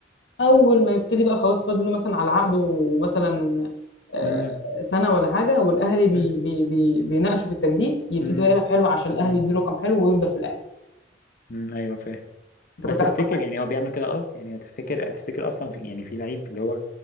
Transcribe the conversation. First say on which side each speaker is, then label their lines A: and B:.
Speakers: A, on the left; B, on the left.
A: اول ما يبتدي بقى خلاص فاضل له مثلا على عقده مثلا آه،
B: مم.
A: سنه ولا حاجه والاهلي بي
B: مم.
A: بي بي بيناقشوا في التجديد يبتدي
B: مم.
A: بقى يلعب حلو عشان
B: مم.
A: الاهلي يديله رقم حلو ويفضل في الاهلي
B: مم. ايوه فاهم
A: انت
B: بس
A: كنت
B: تفتكر
A: عايز تقول حاجه
B: يعني هو بيعمل كده قصد يعني هتفتكر هتفتكر اصلا في يعني في لعيب اللي هو